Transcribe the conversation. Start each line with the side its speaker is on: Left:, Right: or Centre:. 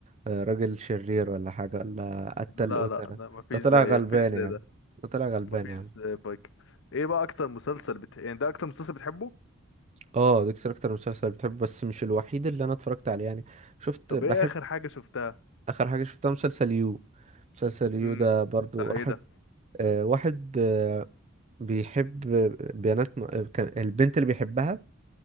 Right: راجل شرير ولا حاجة ولا قتل
Left: لا
Right: قتلة
Left: لا لا مفيش
Right: ده طلع
Left: زي
Right: غلبان
Left: مفيش زي
Right: يا عم
Left: ده
Right: ده طلع غلبان
Left: مفيش
Right: يا عم
Left: زي فايكنجز ايه بقى اكتر مسلسل بت... يعني ده اكتر مسلسل بتحبه
Right: اه ديكستر اكتر مسلسل بتحبه بس مش الوحيد اللي انا اتفرجت عليه يعني شفت
Left: طب
Right: بحب
Left: ايه اخر حاجة شفتها
Right: اخر حاجة شفتها مسلسل يو مسلسل يو
Left: امم
Right: ده برضو
Left: بتاع
Right: واحد
Left: ايه ده
Right: آه واحد آه بيحب بنات م... آه، كان البنت اللي بيحبها